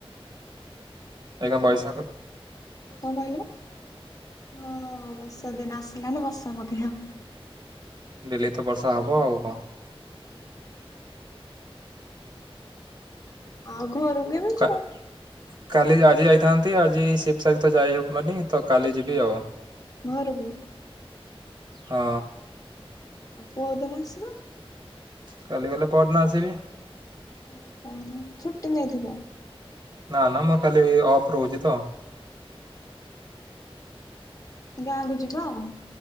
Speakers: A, on the right; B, on the left.
A: ଏଇଗା ବୟସାଖ
B: କଣ କହିଲୁ ହଁ ବର୍ଷା ଦିନ ଆସିଲାନି ବର୍ଷା ପକେଇ ଆ
A: ଡେଲି ତ ବର୍ଷା ହବ ଆଉ କଣ।
B: ଆଉ ଘରକୁ କେବେ
A: କା
B: ଯିବା।
A: କାଲି ଆଜି ଯାଇଥାନ୍ତି ଆଜି ଶିବସରୀ ତ ଯାଇହବନି ତ କାଲି ଯିବି ଆଉ।
B: ଘରବୁ
A: ହଁ।
B: ଆଉ କୋଉଦିନ ଆସିବ।
A: କାଲି କାଲି ପଢିନ ଆସିବି।
B: ଓହୋ ଛୁଟି ନେଇଥିବ।
A: ନା ନା ମୁଁ କାଲି ଅଫ୍ ରହୁଛି ତ।
B: ଗାଁକୁ ଯିବା ଆଉ।